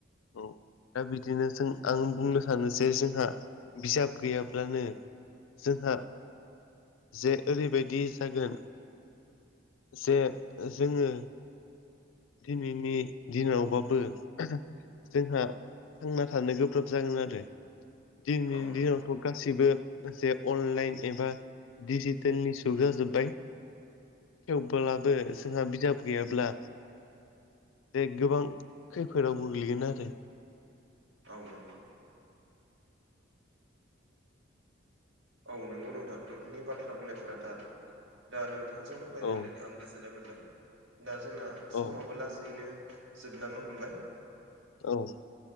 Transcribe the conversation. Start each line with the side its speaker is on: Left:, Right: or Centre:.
Left: औ दा बिदिनो जों आं बुंनो सानो जे जोंहा बिजाब गैयाब्लानो जोंहा जे ओरैबादि जागोन जे जोङो दिनैनि दिनावबाबो जोंहा थांना थानो गोब्राब जागोन आरो दिनैनि
Right: औ नंगौ
Left: दिनाव गासिबो जे अनलाइन एबा दिजिटेलनि जुगा जोजोबबाय थेवबोब्लाबो जोंहा बिजाब गैयाब्ला दे गोबां खैफोदाव गोग्लैगोन आरो।
Right: औ नंगौ। औ नंगौ नोंथां नोंथांनि बाथ्रा बुंनायफोरा थार दा नोंथां। जों रायजलायनानै
Left: औ
Right: आं गोजोननाय मोन्दों दा जोंना
Left: औ
Right: समावबो लासैनो जोबलांनो हमबाय।
Left: औ।